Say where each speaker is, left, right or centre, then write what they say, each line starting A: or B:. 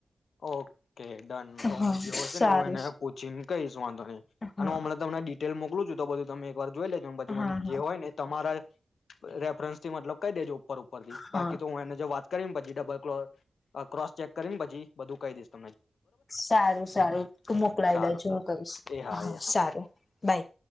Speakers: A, on the left; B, on the left.
A: ઓકે કે ડન તો
B: હા
A: હ જેવો હશે
B: સારું
A: ને એવું એને પૂછી ને કઈશ વાંધો નહી
B: હા
A: અને હમણાં તમને લ મોકલું છું તો બધું તમે વાર જોઈ લેજો બાજુ
B: હા હા
A: જે હોય ને તમારા રેફરન્સ થી મતલબ કઈ દેજો ઉપર ઉપરી
B: હા
A: બાકી તોને જો વાત કરીમ ભાછજી ડબલ ક્ર ક્રોસ ચેક કરીમ ભાછી બધું કઈ દસત
B: સારું સારું તું મોકલાય
A: સારું
B: દે જો
A: સારું
B: કશ
A: એ
B: હા
A: એ
B: સારું બાય